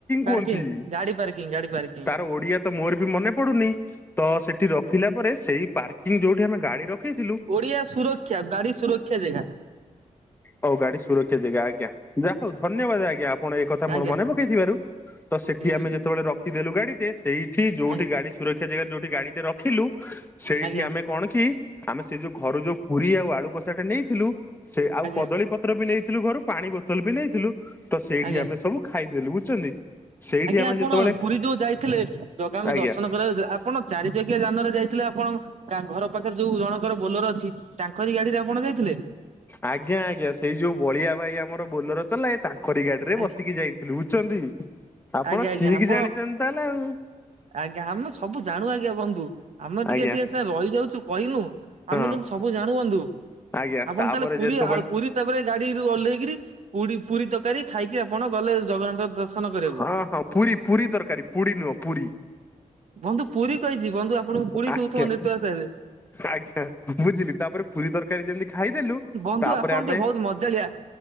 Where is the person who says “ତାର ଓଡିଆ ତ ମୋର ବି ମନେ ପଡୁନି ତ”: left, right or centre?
Left